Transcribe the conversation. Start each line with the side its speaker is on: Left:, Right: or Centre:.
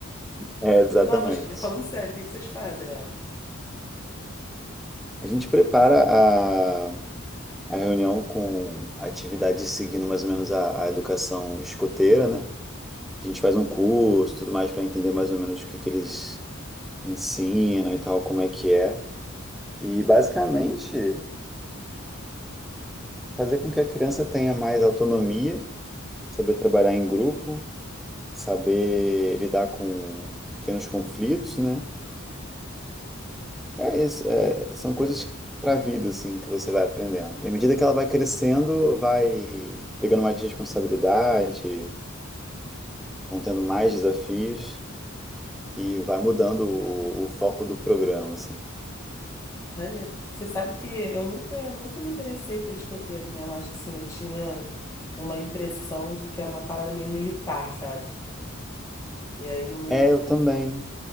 Centre: É, exatamente.
Left: Não, mas que- falando sério, o que que vocês fazem lá?
Centre: A gente prepara a, a reunião com atividades seguindo mais ou menos a, a educação escoteira, né? A gente faz um curso, tudo mais, para entender mais ou menos o que que eles ensinam e tal, como é que é. E basicamente fazer com que a criança tenha mais autonomia, saber trabalhar em grupo, saber lidar com pequenos conflitos, né? É isso, é- são coisas para a vida assim que você vai aprendendo. E à medida que ela vai crescendo, vai pegando mais responsabilidade, vão tendo mais desafios e vai mudando o, o foco do programa, assim.
Left: Maneiro. Você sabe que eu nunca, nunca me interessei por escoteiro, né? Eu acho assim, eu tinha uma impressão de que era uma parada meio militar, sabe? E aí eu não me.
Centre: É, eu também.